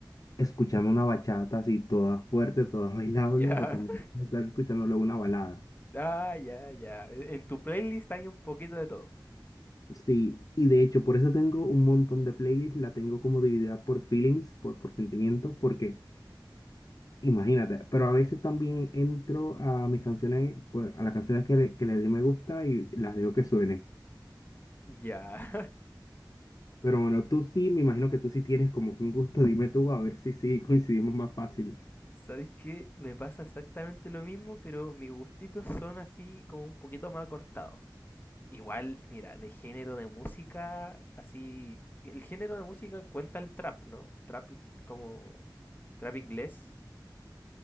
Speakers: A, on the left; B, on the left.
A: escuchando una bachata así toda fuerte, toda <laughs> bailable,
B: Ya.
A: o también puedo estar escuchando luego una balada.
B: Ah, ya, ya. En tu playlist hay un poquito de todo.
A: Sí, y de hecho por eso tengo un montón de playlists, la tengo como dividida por feelings, por, por sentimientos, porque imagínate, pero a veces también entro a mis canciones, pues a las canciones que le, que le di me gusta y las dejo que suene.
B: Ya.
A: Pero bueno, tú sí, me imagino que tú sí tienes como que un gusto, dime tú, a ver si sí coincidimos más fácil.
B: <laughs> ¿Sabéis qué? Me pasa exactamente lo mismo, pero mis gustitos son así como un poquito más cortados. Igual, mira, de género de música, así... El género de música cuenta el trap, ¿no? Trap como... Trap inglés.